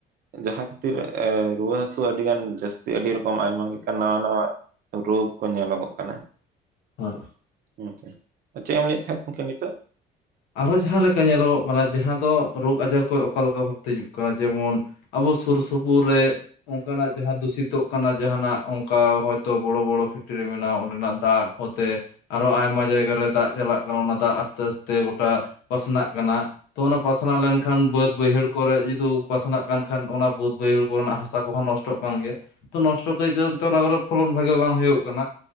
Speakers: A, on the right; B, on the left.
A: ᱡᱟᱦᱟᱸ ᱠᱷᱟᱹᱛᱤᱨ ᱮᱻ ᱨᱩᱣᱟᱹᱦᱟᱹᱥᱩ ᱟᱹᱰᱤ ᱜᱟᱱ ᱡᱟᱹᱥᱛᱤ ᱟᱹᱰᱤ ᱨᱚᱠᱚᱢ ᱟᱭᱢᱟ ᱞᱮᱠᱟᱱ ᱱᱟᱶᱟ ᱼ ᱱᱟᱶᱟ ᱨᱳᱜ ᱠᱚ ᱧᱮᱞᱚᱜᱚᱼᱜ ᱠᱟᱱᱟ᱾
B: ᱦᱳᱭ
A: ᱟᱪᱪ ᱟᱪ ᱪᱮᱫ ᱮᱢ ᱞᱟᱹᱭᱮᱫ ᱛᱟᱦᱮᱸ ᱜᱚᱝᱠᱮ ᱱᱤᱛᱚᱜ?
B: ᱟᱨᱚ ᱡᱟᱦᱟᱸ ᱞᱮᱠᱟ ᱧᱮᱞᱚᱜᱚᱼᱜ ᱠᱟᱱᱟ ᱡᱟᱦᱟᱸ ᱫᱚ ᱨᱳᱜ ᱟᱡᱟᱨ ᱠᱚ ᱚᱠᱟ ᱞᱮᱠᱟ ᱵᱷᱟᱵᱛᱮ ᱦᱤᱡᱩᱜ ᱠᱟᱱᱟ ᱡᱮᱢᱚᱱ ᱟᱵᱚ ᱥᱩᱨ, ᱥᱩᱯᱩᱨ, ᱨᱮ ᱚᱱᱠᱟᱱᱟᱼᱜ ᱡᱟᱦᱟᱸ ᱫᱩᱥᱤᱛᱚᱜ ᱠᱟᱱᱟ ᱡᱟᱦᱟᱱᱟᱼᱜ ᱚᱝᱠᱟ ᱦᱚᱭᱛᱳ ᱵᱚᱲᱚᱼ ᱵᱚᱲᱚ ᱯᱷᱮᱠᱴᱨᱤ ᱢᱮᱱᱟᱜ-ᱟ ᱚᱸᱰᱮᱱᱟᱜ ᱫᱟᱜ ᱦᱚᱛᱮ, ᱟᱨᱦᱚ ᱟᱭᱢᱟ ᱡᱟᱭᱜᱟ ᱨᱮ ᱫᱟᱜ ᱪᱟᱞᱟᱜ ᱠᱟᱱᱟ ᱚᱱᱟ ᱫᱟᱜ ᱟᱥᱛᱮ ᱟᱥᱛᱮ ᱜᱚᱴᱟ ᱯᱟᱥᱱᱟᱼᱜ ᱠᱟᱱᱟ ᱛᱚ ᱚᱱᱟ ᱯᱟᱥᱱᱟᱣ ᱞᱮᱱᱠᱷᱟᱱ ᱵᱟᱹᱫᱽ ᱵᱟᱹᱭᱦᱟᱹᱲ ᱠᱚᱨᱮ ᱡᱩᱫᱤ ᱯᱟᱥᱱᱟᱜ ᱠᱟᱱ ᱠᱷᱟᱱ ᱚᱱᱟ ᱵᱟᱹᱫ ᱵᱟᱹᱭᱦᱟᱹᱲ ᱠᱚᱨᱮᱱᱟᱼᱜ ᱦᱟᱥᱟ ᱠᱚᱦᱚᱸ ᱱᱚᱥᱴᱚ ᱱᱚᱥᱴᱚᱼᱜ ᱠᱟᱱ ᱜᱮᱭᱟ ᱛᱚ ᱱᱚᱥᱴᱚ ᱠᱟᱹᱛᱮ ᱚᱱᱟ ᱠᱚᱨᱮ ᱯᱷᱚᱞᱚᱱ ᱵᱷᱟᱜᱤ ᱵᱟᱝ ᱦᱩᱭᱩᱜ ᱠᱟᱱᱟ